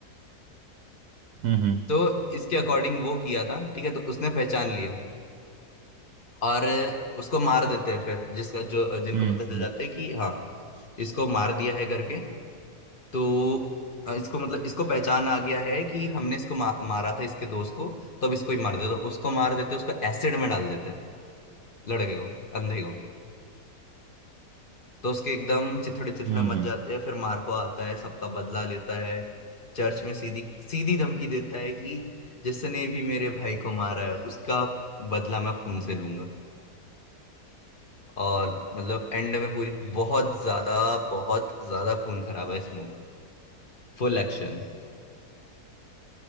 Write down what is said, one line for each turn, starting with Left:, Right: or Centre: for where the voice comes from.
Right: हम्म हम्म
Left: तो इसके अकॉर्डिंग वो किया था ठीक है तो उसने पहचान लिया और उसको मार देते हैं फिर जिसका जो जिनको
Right: हम्म
Left: पता चल
Right: हम्म
Left: जाता है कि हाँ इसको मार दिया है करके तो अ, इसको मतलब इसको पहचान आ गया है कि हमने इसको मा, मारा था इसके दोस्त को तो अब इसको ही मार देते उसको मार देते उसको एसिड में डाल देते लड़के को अंधे को तो उसके एकदम चिथड़े चिथड़े
Right: हम्म
Left: मच
Right: हम्म
Left: जाते हैं फिर मार्को आता है सबका बदला लेता है चर्च में सीधी सीधी धमकी देता है कि जिसने भी मेरे भाई को मारा है उसका बदला मैं खून से लूंगा और मतलब एंड में पूरी बहुत ज्यादा बहुत ज्यादा खून खराब है इस मूवी फुल एक्शन